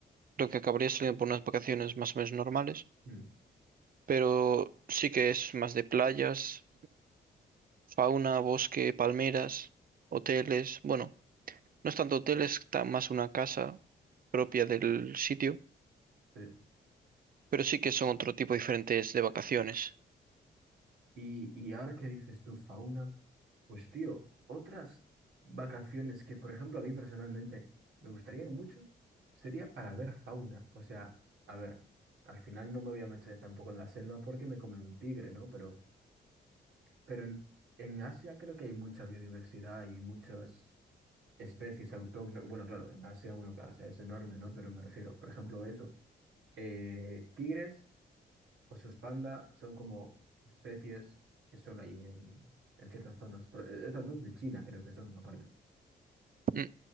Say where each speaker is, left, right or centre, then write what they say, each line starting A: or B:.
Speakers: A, on the right; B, on the right.
A: lo que acabaría saliendo por unas vacaciones más o menos normales.
B: ¿no? Mm,
A: Pero sí que es más de playas, fauna, bosque, palmeras, hoteles. Bueno, no es tanto hoteles, ta- más una casa propia del sitio.
B: sí.
A: Pero sí que son otro tipo diferentes de vacaciones.
B: Y, y ahora que dices tú, fauna. Pues tío, otras vacaciones que, por ejemplo, a mí personalmente me gustarían mucho sería para ver fauna. O sea, a ver, al final no me voy a meter tampoco en la selva porque me come un tigre, ¿no? Pero, pero en, en Asia creo que hay mucha biodiversidad y muchas especies autóctonas. Bueno, claro, en Asia, bueno, claro, o sea, es enorme, ¿no? Pero me refiero, por ejemplo, eso. eh, tigres, osos panda, son como especies que solo hay en, en ciertas zonas. Pero, eh, Estas dos de China creo que son, aparte
A: Mm.